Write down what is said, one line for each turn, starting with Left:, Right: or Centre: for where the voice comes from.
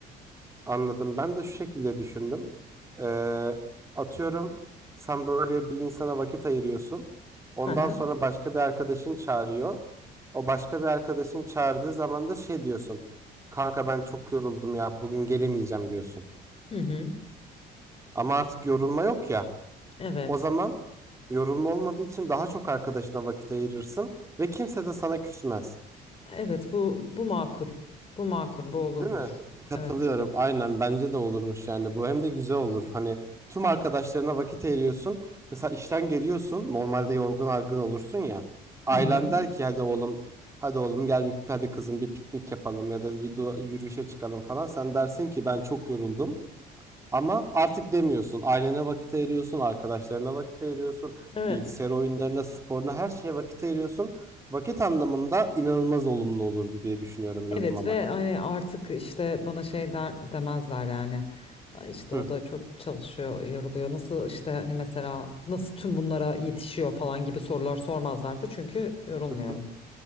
Right: anladım. Ben de şu şekilde düşündüm. Ee, atıyorum sen böyle bir insana vakit ayırıyorsun. Ondan
Left: Hı hı.
Right: sonra başka bir arkadaşın çağırıyor. O başka bir arkadaşın çağırdığı zaman da şey diyorsun. Kanka ben çok yoruldum ya bugün gelemeyeceğim diyorsun.
Left: Hı hı.
Right: Ama artık yorulma yok ya.
Left: Evet.
Right: O zaman yorulma olmadığı için daha çok arkadaşına vakit ayırırsın ve kimse de sana küsmez.
Left: Evet bu bu makul. Bu makul bu olurmuş.
Right: Değil mi? Katılıyorum.
Left: Evet.
Right: Aynen bence de olurmuş yani. Bu hem de güzel olur. Hani tüm arkadaşlarına vakit ayırıyorsun. Mesela işten geliyorsun. Normalde yorgun argın olursun ya. Ailen
Left: Hı hı.
Right: der ki hadi oğlum hadi oğlum gel bir hadi kızım bir piknik yapalım ya da yürü- yürüyüşe çıkalım falan. Sen dersin ki ben çok yoruldum. Ama artık demiyorsun. Ailene vakit ayırıyorsun, arkadaşlarına vakit ayırıyorsun,
Left: Evet.
Right: bilgisayar oyunlarına, sporuna her şeye vakit ayırıyorsun. Vakit anlamında inanılmaz olumlu olurdu diye düşünüyorum yorulmamak.
Left: Evet ve hani artık işte bana şey der, demezler yani. "Ay İşte
Right: Hı,
Left: o da çok çalışıyor, yoruluyor. Nasıl işte hani mesela nasıl tüm bunlara yetişiyor falan gibi sorular sormazlardı. Çünkü yorulmuyorum.
Right: hı, hı.